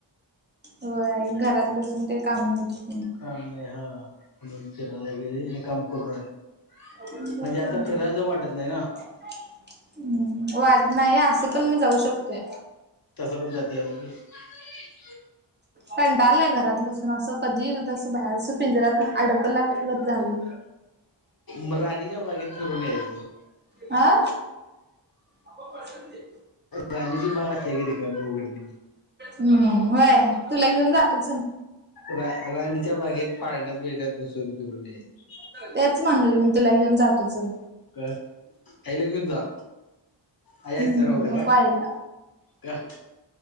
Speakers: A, on the right (about 25°); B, on the left (about 50°).
A: व्हय घरात बसून काही काम नव्हते.
B: काम नाही हां म्हणून फिरायला गेले, आणि हे काम करून राहिले.
A: बघ की
B: म्हणजे आता
A: बाहेर
B: फिरायला जाऊ वाटत नाही ना,
A: हम्म वाट नाहीये असं पण मी जाऊ शकतोय.
B: तसं पण जाते. <unintelligible>
A: कंटाळालाय घरात बसून. तर असं कधी दस बाहेरचा पिंजऱात अडकला गत झालं.
B: म राणीच्या बागेत फिरून यायचं.
A: आं नको पडेल ते.
B: राणीची बाग असते का, रिकामी उघडलेली.
A: हम्म होय तुला घेऊन जातो चल.
B: रा राणीच्या बागेत पाळण्यात बेड्यात बसून फिरून यायचं
A: तेच म्हणलो मी तुला घेऊन जातो चल.
B: का ताईला घेऊन जा. आई असत्या
A: हम्म
B: नवं घरात
A: नको आईला
B: का.